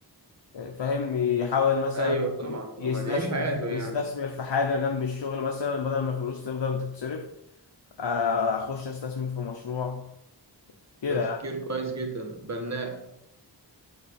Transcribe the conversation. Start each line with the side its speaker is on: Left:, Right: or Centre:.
Left: فاهم يحاول مثلا
Right: ايوه طبعا طبعا
Left: يستثمر
Right: يعيش حياته يعني
Left: يستثمر في حاجة جنب الشغل مثلا بدل ما الفلوس تفضل تتصرف أخش أستثمر في مشروع كده
Right: تفكير
Left: يعني
Right: كويس جدا بناء